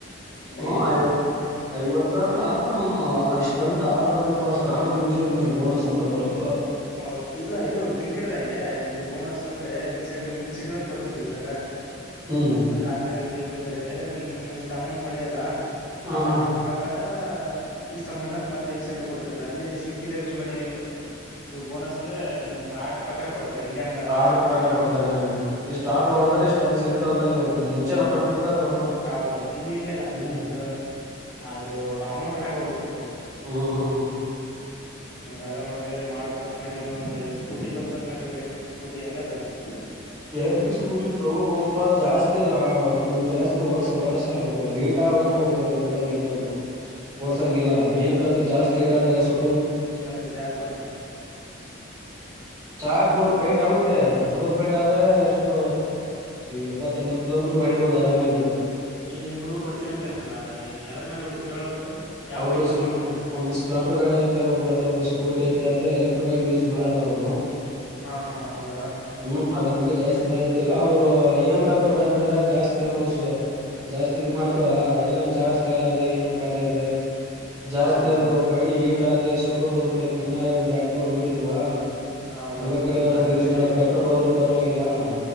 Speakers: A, on the left; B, on the right.
A: ಡೈಲಿ
B: ಹಾ
A: ಒಂದ್
B: ಐವತ್ ಐವತ್ತಾರ ರತ್ <inaudible> ಅಷ್ಟಂತ ಆರ್ಡರ್ ಅಂತಿರ್ತೋ ಅಷ್ಟ್ ಆರ್ಡರ್ ಮುಗಸರ್ ನಿಗ್ ಬೋನಸ್ ಅಂತ ಬರುತ್ತೆ <inaudible>
A: ಹೌದು ಇಲ್ಲ ಇದು ಬ್ಲಿಂಕಡ್್ದಾಗೆ ಹಿಂಗ ಬೋನಸ್ ಅಂದ್ರೆ ಇನ್ಸೆಟ್ <inaudible> ಇನ್ಸೆಟಿವ್ ಅಂತ ಕೊಡ್ತರಿ ಇದರ
B: ಹ್ಮ್
A: ಆದ್ರೆ <inaudible> ಏನ್ ಮಾಡ್ತಾರೆ ನೀ ಇಷ್ಟ ಅಮೌಂಟ್ ಮಾಡಿದ ಅಲ್ಲ
B: ಹ
A: ಅಷ್ಟ
B: ಹಾ
A: ಅಮೌಂಟ್ ಪ್ರಕಾರ <inaudible> ಇಷ್ಟ ಅಮೌಂಟ್ ಅಂತ ಮತ್ತೆ ಇನ್ಸೆಂಟಿವ್ ಕೊಡ್ತವ ಅಲ್ಲಿ ಸ್ವಿಗ್ಗಿದಾಗ ೊಮೆಟೋಾಗ ಏನ್ ಮಾಡ್ತಾರೆ <inaudible> ಬೋನಸ್ ಅಂದ್ರೆ ನೀನು ಆರ್ಡರ್ ಪ್ರಕಾರ ಕೊಡ್ತಾರೆ ಇಲ್ಲಿ ಹಂಗಲ್ಲ
B: ಆರ್ಡ್ರ
A: ಅಮೌಂಟ್ ಪ್ರಕಾರ
B: ಕೊಡ್ತಾರೆ
A: ಕೊಡ್ತಾರ <inaudible>
B: ಇಷ್ಟ್ ಆರ್ಡ್ರ ಹೊಡದ್ರೆ ಇಷ್ಟಂದ ಸಿಗ್ತ ಅಂತ ಅಲ್ಲಿ ಮುಂಚೆನ
A: ಹ್ಮ್
B: ಕೊಟ್ಟಿರ್ತಾರ ಅವರು
A: ಹೌದೌದು ಇಲ್ಲಿ ಇಲ್ಲಿ ಅಲ್ಲ
B: ಹ್ಮ್
A: ಹಂಗಲ್ಲ ಇದ್ರ <inaudible> ಹ ಇದು ಅಮೌಂಟ್ ಮ್ಯಾಗ ಹೋಗುತ್ತದೆ
B: ಹ್ಮ್ ಹ್ಮ್
A: ಹ ಅದ ನೋ <inaudible> ್ರೀ ಮಾಡ್ಬೇಕತ್ ಮಾಡಿ ಒಂದ್ ಸ್ಕೂಟಿ ತೊೋಬೇಕತ್ ಮಾಡರಿ ಇಲೆಕ್ಟ್ರಿಕ್ ಸ್ಕೂಟಿ ಹೆಂಗ ಅದಾವ್ <inaudible>
B: ಎಲೆಕ್ಟ್ರಿಕ್ ಸ್ಕೂಟಿ ತಗೋಬಾ ಜಾಸ್ತಿಲ್ಲ ಅದು ಜಾಸ್ತಿ ಓಡಸ ಓಡಸ ಏಟ <inaudible> ಾವ ಗಂಟಾ ಓಡಂಗಗೆಲ್ಲ ಅದು ಓಡ್ಸಂಗಗೆಲ್ಲ ಏನಕಂದ್ರೆ ಜಾಸ್ತಿ ಇಾದ್ರೆ <inaudible>
A: ಏನಾದ್ರೆ ಚಾರ್ಜ್ ಕೊಡತ್ತೆ <inaudible>
B: ಚಾರ್ಜ್ ನೂರು ಪಾಯಿಂಟ್ ಆಗುತ್ತೆ ನೂರ್ <inaudible> ಆದ್ರೆ ಎಷ್ಟು ಎಪ್ಪತ್ತ ಎಂಬತ್ ಕಿಲೋಮೀಟರ್ ಹೊಡಿಬಹುದು ಆರಾಮಾಗಿ <inaudible>
A: ಈ ನಿಮ್ಮ ಹುಡುಗರು ಉಡಿತೀನ ಅಂತೆ ಅಂದ್ರಲ್ಲಾ ಯ ಅದ್ರ ಮೇಲೆ ಉ ಹೊಡಿದಿರಳ ಅವ್ರು <inaudible>
B: ಅವರು
A: ಬೈಕ್ ಯೂಸ್ ಮಾಡ್ತೀರ
B: ಒಂದು ಸ್ಪ್ಲೆಂಡರ್ ಗಾಡಿ ಆಐತೆ ಒಬ್ಬರ ಹತ್ರ <inaudible> ಸ್ಕೂಟಿ ಐತೆ ಅಂದ್ರೆ ಎಲೆಕ್ಟ್ರಿಕ್ ಗಾಡಿ ಯೂಸ್ ಮಾಡಲ್ಲ ಅವರು <inaudible>
A: ಹಾ ಹಾ ಹೌದಾ <inaudible>
B: ಹ್ಮ್ ಅದ್ರ ಬಗ್ಗೆ ಜಾಸ್ತಿ ಸಮಯ ಆಐತಿಲ್ಲ ಅವ್ರು ಏನಕ್ಕಂತ ಭಯಪಡ್ರೆ ಜಾಸ್ತಿಿನ <inaudible> ಜಾಸ್ತಿ ಇದ್ ಮಾಡ್ತವಲ್ಲಾ ಎಲ್ಲೊಂದ ಚಾರ್ಜ್ ಖಾಲಿ ಆದ್ರೆ ಏನನ್ ಖಾಲಿ ಆದ್ರೆ <inaudible> ಜಾಸ್ತಿ
A: ಹೌದೌದು
B: ಅದು ಗಾಡಿ ಹೀಟ್ ಆದ್ರೆ ಸುಟ್ಕೊಂಡ್ೋಗ್ಬಿಡ್ತೈ ಕಣ್ಣಾರೆ ಒಂದ್ ಎರಡ್ ಮೂರ್ ನೋಡಿದ್ವಾ <inaudible>
A: ಹೌದೌದೌದು
B: ಹಂಗಾಗಿ ಅವ್ರದು
A: ಹಂಗನು
B: ಯೂಸ್ ಮಾಡ
A: ಇದೆ
B: ಪೆಟ್ರೋಲ್ ಹೋದ್ರರು ಪರವಾಗಿಲ್ಲ <inaudible>